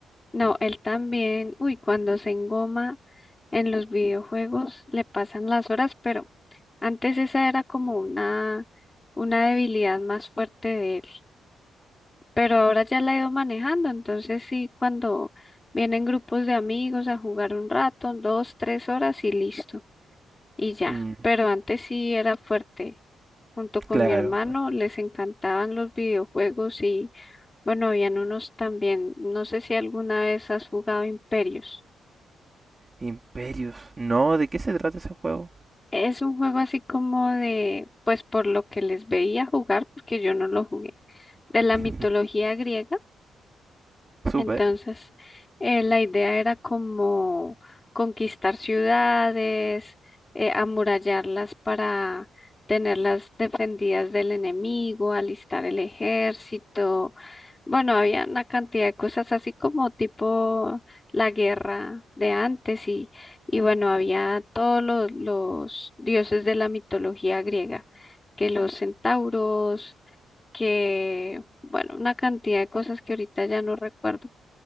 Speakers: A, on the left (about 20°); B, on the right (about 25°).
A: No, él también, uy, cuando se engoma en los videojuegos le pasan las horas, pero antes esa era como una, una debilidad más fuerte de él, pero ahora ya la he ido manejando, entonces sí, cuando vienen grupos de amigos a jugar un rato, dos, tres horas y listo, y ya,
B: Mm,
A: pero antes sí era fuerte. Junto con
B: claro,
A: mi hermano les encantaban los videojuegos y bueno, habían unos también. No sé si alguna vez has jugado Imperios.
B: Imperios, no, ¿de qué se trata ese juego?
A: Es un juego así como de, pues por lo que les veía jugar, porque yo no lo jugué, de la
B: <laughs>
A: mitología griega.
B: Súper,
A: Entonces, eh, la idea era como conquistar ciudades, eh, amurallarlas para tenerlas defendidas del enemigo, alistar el ejército. Bueno, había una cantidad de cosas así como tipo la guerra de antes y, y bueno, había todos los, los dioses de la mitología griega, que los centauros, que, bueno, una cantidad de cosas que ahorita ya no recuerdo